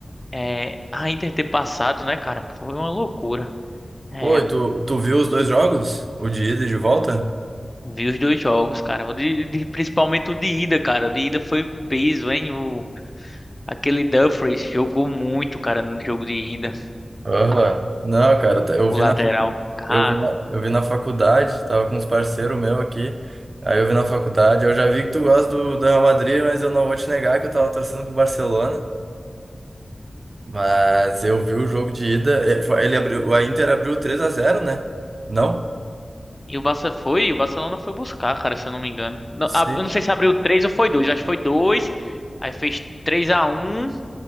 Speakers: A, on the left (about 25°); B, on the right (about 50°).
A: É, a Inter ter passado, né, cara? Foi uma loucura. É,
B: Pô, e tu, tu viu os dois jogos? O de ida e de volta?
A: vi os dois jogos, cara. O de, de- principalmente o de ida, cara. O de ida foi peso, hein? O, aquele Dumfries jogou muito, cara, no jogo de ida.
B: Aham. Não, cara, tá- eu
A: O
B: vi
A: lateral.
B: na, facu-
A: Cara.
B: eu vi na, eu vi na faculdade, tava com uns parceiros meus aqui. Aí eu vi na faculdade, eu já vi que tu gosta do, do Real Madrid, mas eu não vou te negar que eu tava torcendo pro Barcelona. Mas eu vi o jogo de ida, eh, foi- ele abriu, a Inter abriu três a zero, né? Não?
A: E o Barça foi, o Barcelona foi buscar, cara, se eu não me engano. Não,
B: Sim.
A: a- eu não sei se abriu três ou foi dois acho que foi dois Aí fez 3 a um